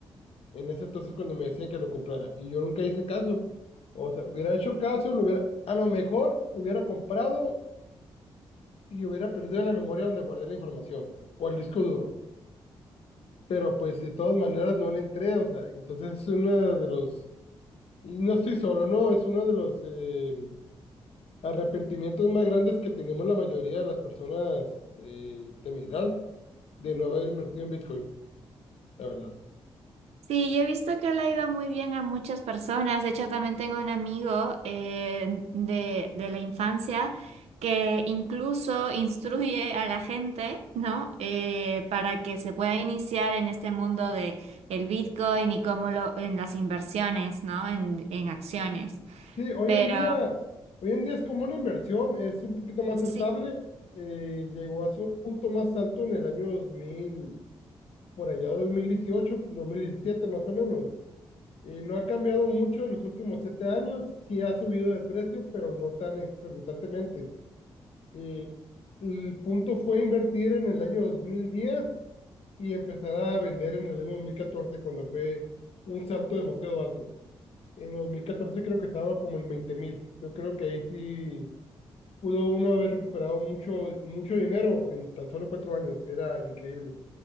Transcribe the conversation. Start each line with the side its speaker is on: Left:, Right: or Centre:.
Left: En ese entonces cuando me decían que lo comprara, y yo nunca hice caso. O sea, hubiera hecho caso, lo hubiera, a lo mejor hubiera comprado y hubiera perdido la memoria donde guardé la información o el disco duro. Pero pues de todas maneras no le entré, o sea, entonces es uno de los, y no estoy solo, no, es uno de los eh, arrepentimientos más grandes que tenemos la mayoría de las personas eh, de mi edad de no haber invertido en Bitcoin, la verdad.
Right: Sí, yo he visto que le ha ido muy bien a muchas personas. De hecho, también tengo un amigo eh, de, de la infancia que incluso instruye a la gente, ¿no? Eh, para que se pueda iniciar en este mundo de el Bitcoin y cómo lo, en las inversiones, ¿no? En, en acciones.
Left: Sí, hoy
Right: Pero
Left: en día, hoy en día es como una inversión, es un poquito más
Right: sí.
Left: estable, eh, llegó a su punto más alto en el año 2000 por allá dos dos mil dieciocho, dos mil diecisiete más o menos Eh, no ha cambiado mucho en los últimos siete años, sí ha subido de precio, pero no tan exorbitantemente. Eh, el punto fue invertir en el año 2010 y empezar a vender en el año 2014 cuando fue un salto demasiado alto. En 2014 creo que estaba como en veinte mil. Yo creo que ahí sí pudo uno haber recuperado mucho, mucho dinero en tan solo cuatro años. Era increíble.